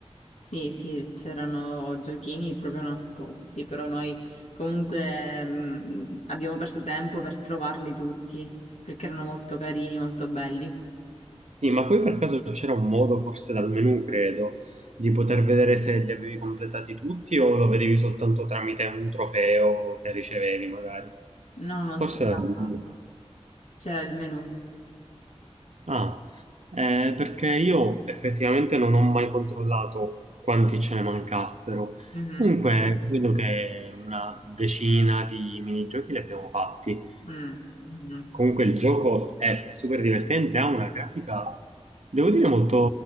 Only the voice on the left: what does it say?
Sì, sì, c'erano giochini proprio nascosti, però noi comunque mh, abbiamo perso tempo per trovarli tutti, perché erano molto carini, molto belli.
No, no,
c'era
c'era il menù.
Mhm,
mm, mhm,